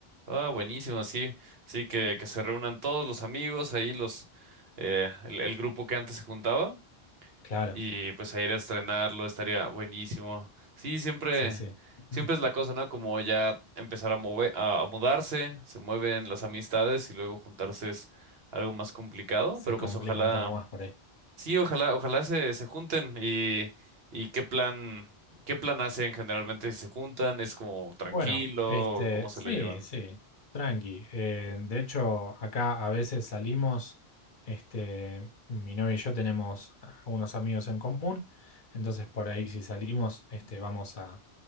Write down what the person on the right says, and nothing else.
Ah, buenísimo, sí, sí, que, que se reúnan todos los amigos, ahí los, eh, el, el grupo que antes se juntaba.
Y pues a ir a estrenarlo estaría buenísimo. Sí, siempre,
siempre
es la cosa, ¿no? Como ya empezar a mover, a, a mudarse, se mueven las amistades y luego juntarse es algo más complicado,
pero
pues ojalá,
sí, ojalá, ojalá se, se junten y, y qué plan, qué plan hacen generalmente si se juntan, es como tranquilo,
cómo se
la llevan.